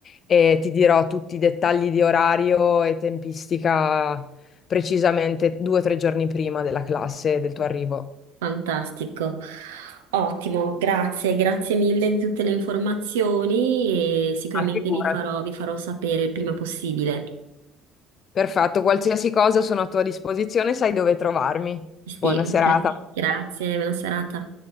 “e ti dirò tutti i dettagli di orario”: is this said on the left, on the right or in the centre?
Left